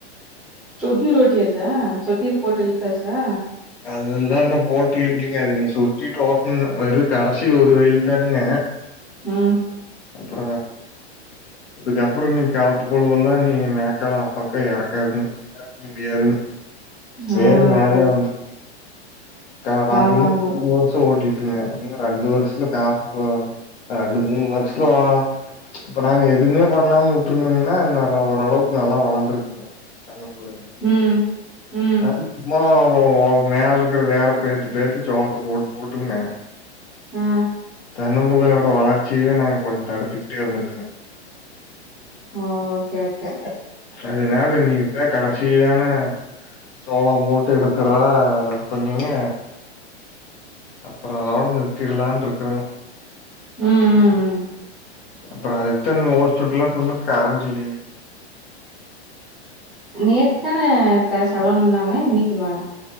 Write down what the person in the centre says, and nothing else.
சொட்ணீர் ஓட்டியாச்சா சொட்ணீர் போட்டு இ்ழுத்தாச்சா
ம்
ஆ ஓகே
ஆமா ஆமா
ம் ம்
ஆஹ்
ஓகே ஓகே
உஹம் உம் உம்
நேத்து தானே கா சடோன்னாங்க இன்னைக்குமா